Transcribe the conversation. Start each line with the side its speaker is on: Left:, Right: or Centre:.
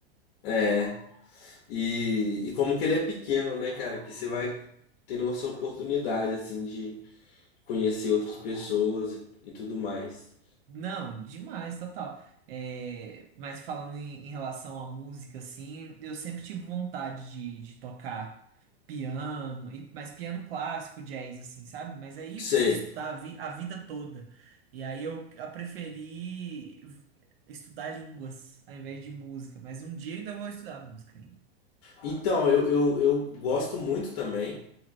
Left: É, e, e como que ele é pequeno, né, cara? Que você vai tendo essa oportunidade, assim, de conhecer outras pessoas e, e tudo mais.
Right: Não, demais, total. É, mas falando em, em relação à música, assim, eu sempre tive vontade de, de tocar piano, e, mas piano clássico, jazz, assim, sabe? Mas aí
Left: Sei.
Right: preciso estudar a, vi- a vida toda. E aí eu a preferi v- estudar línguas ao invés de música. Mas um dia ainda vou estudar música ainda.
Left: Então, eu, eu, eu gosto muito também.